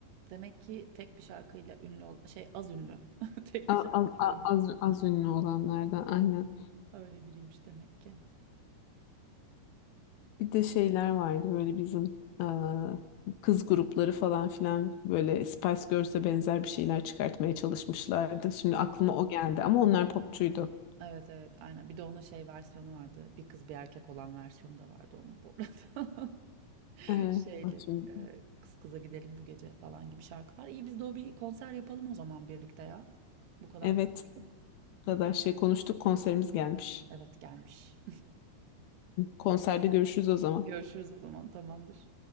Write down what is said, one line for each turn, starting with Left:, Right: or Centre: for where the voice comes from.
Right: Demek ki tek bir şarkıyla ünlü ol şey az ünlü. <laughs> Tek
Left: A-
Right: bir şarkıyla
Left: a- a-
Right: ünlü.
Left: Az, az, ünlü olanlardan aynen.
Right: Öyle biriymiş demek ki.
Left: Bir de şeyler vardı böyle bizim e, kız grupları falan filan böyle Spice Girls'e benzer bir şeyler çıkartmaya çalışmışlardı. Şimdi
Right: Evet.
Left: aklıma o geldi ama onlar popçuydu.
Right: Evet evet aynen. Bir de onun şey versiyonu vardı. Bir kız bir erkek olan versiyonu da vardı onun bu arada.
Left: E,
Right: şeyli
Left: bak şimdi-
Right: e, kız kıza gidelim bu gece falan gibi şarkılar. İyi biz de o bir konser yapalım o zaman birlikte ya. Bu kadar
Left: Evet,
Right: konuştuk.
Left: bu kadar şey konuştuk konserimiz gelmiş.
Right: Evet gelmiş.
Left: Konserde görüşürüz o zaman.
Right: <laughs> Görüşürüz o zaman tamamdır.